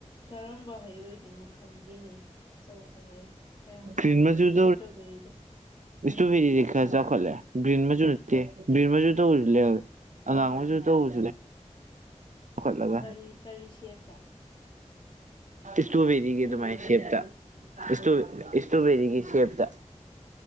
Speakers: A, on the left; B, on the right.
A: ꯀꯔꯝꯕ ꯍꯩ ꯑꯣꯏꯗꯣꯏꯅꯣ ꯈꯪꯗꯦꯅꯦ ꯑꯆꯧꯕ ꯍꯩ ꯀꯌꯥꯝ
B: ꯀ꯭ꯔꯤꯃꯁ
A: ꯆꯥꯎꯗꯣꯏꯅꯣ
B: ꯌ
A: ꯍꯣꯏ ꯏꯁꯇ꯭ꯔꯣꯕꯦꯔꯤꯗꯣ
B: ꯏꯁꯣ
A: ꯑꯥ
B: ꯐ ꯗꯤ ꯈꯔ ꯆꯥꯎꯈꯠꯂꯦ ꯒ꯭ꯔꯤꯟ ꯃꯆꯨ ꯅꯠꯇꯦ ꯒ꯭ꯔꯤꯟ ꯃꯆꯨ ꯇꯧꯕꯁꯨꯦ ꯑꯉꯥꯡ ꯑꯣꯏꯁꯨ ꯇꯧꯕꯁꯨ ꯐꯨꯠꯂꯒ
A: ꯀꯔꯤ ꯀꯔꯤ ꯁꯦꯞꯇ
B: ꯏꯁꯇ꯭ꯔꯣꯕꯦꯔꯤꯒꯤ
A: ꯄꯨꯡꯗꯣꯟꯗꯧꯅ
B: ꯇꯣꯦ ꯁꯦꯞꯇ ꯏꯁꯇꯣ ꯏꯁꯇ꯭ꯔꯣꯕꯦꯔꯤꯒꯤ ꯁꯦꯞ ꯗ